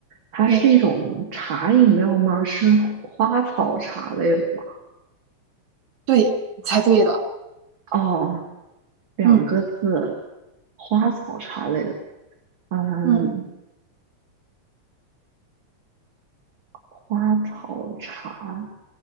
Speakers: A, on the right; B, on the right.
A: 它是一种茶饮料吗？
B: 对
A: 是花草茶类的吗？
B: 对，你猜对了。
A: 哦，两个字，
B: 嗯
A: 花草茶类的嗯，
B: 嗯
A: 花草茶，